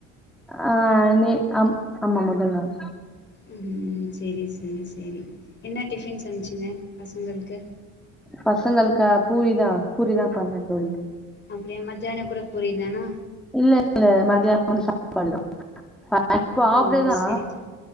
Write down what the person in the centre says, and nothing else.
ஆ நீ ஆம் ஆமா முதல் நாள்
பசங்களுக்கா பூரிதா பூரிதா பண்ணே தோழி
இல்ல இல்ல மத்யான வந்து சாப்பாடு தா இப்போ
ஆப்டேதா